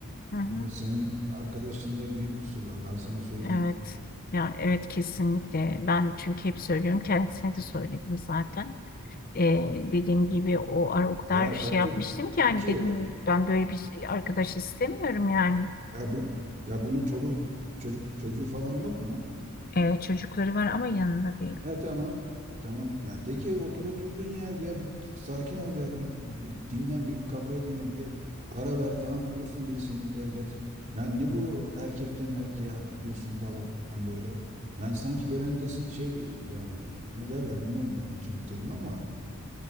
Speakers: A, on the left; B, on the right.
A: hı hı,
B: evet, senin arkadaşında büyük kusur var. Ben sana söyleyeyim.
A: evet. Ya evet kesinlikle. Ben çünkü hep söylüyorum. Kendisine de söyledim zaten. E, dediğim gibi o ara o kadar
B: Ya otur
A: şey yapmıştım ki yani
B: iki
A: dedim ben böyle bir şey, arkadaş istemiyorum yani.
B: ya bu ya bunun çoluğu çocuk çocuğu falan yok mu?
A: E, çocukları var ama yanında değil.
B: He tamam. Tamam. Yani de ki otur oturduğun yerde ya bir sakin ol ya bir, bir dinlen bir kafayı dinle bir ara ver tamam bulursun birisini elbet. Yani ne bu erkekten erkeğe atlıyorsun falan böyle. Yani sanki gören desin şey yani ne derler bilmiyorum onun için bir terim ama